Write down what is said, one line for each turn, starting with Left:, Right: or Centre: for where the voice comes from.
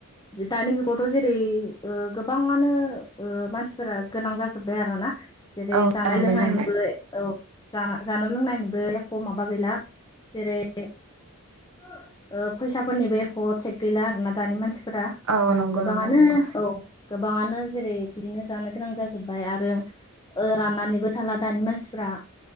Left: दानि जुगावथ' जेरै ओ गोबाङानो ओ मानसिफोरा गोनां जा जोब्बाय आरो ना जेरै
Right: औ
Left: जानाय
Right: जालांबाय
Left: लोंनायनिबो
Right: जालांबाय
Left: औ जा जानाय लोंनायनिबो एख' माबा गैला जेरै ओ फैसाफोरनिबो एख' टेक गैला आरोना दानि मानसि फोरा
Right: औ नंगौ
Left: गोबाङानो
Right: नोंथां नंगौ
Left: औ गोबाङानो जेरै बिदिनो जानो गोनां जाजोबबाय आरो ओ राननानैबो थाला दानि मानसिफ्रा